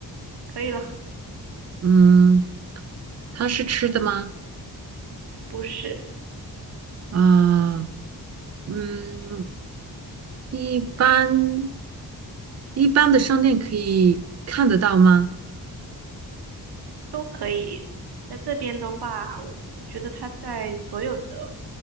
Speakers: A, on the right; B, on the right.
A: 可以了，
B: 嗯，它是吃的吗？
A: 不是。
B: 啊，嗯，一般一般的商店可以看得到吗？
A: 都可以。在这边的话，我我觉得它在所有的